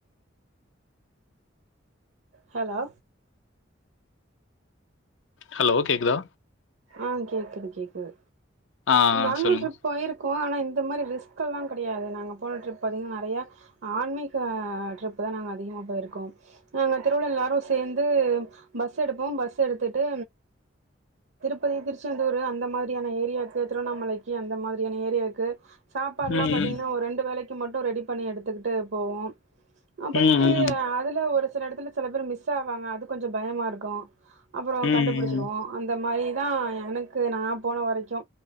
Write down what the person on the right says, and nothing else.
ஹெலோ
ஆ கேக்குது கேக்குது
நாங்ளு
டிரிப் போயிருக்கோ ஆனா இந்த மாரி ரிஸ்கல்லா கெடையாது நாங்க போன ட்ரிப் அதிக நெறையா ஆன்மீக ட்ரிப்புதா நாங்க அதிகமா போயிருக்கோ நாங்க திருவிழா ல்லாரு சேந்து பஸ் எடுப்போம் பஸ் எடுத்துட்டு ப்பதி திருச்செந்தூரு அந்த மாதிரியான ஏரியாக்கு திருவண்ணாமலைக்கு அந்த மாதிரியான ஏரியாக்கு சாப்பாட்லா
பாத்தீங்கனா ஒரு ரெண்டு வேளைக் கி மட்டு ரெடி பண்ணி எடுத்துகிட்டு போவோம் அப்போய்ட்டு
அதுல ஒரு சில எடத்துல சில பேர் மிஸ் ஆவாங்க அது கொஞ்ச பயமாருக்கு அப்பறோ
கண்டுபுடுச்சுருவோ அந்தம் மாரி தா எனக்கு நா போன வரைக்கு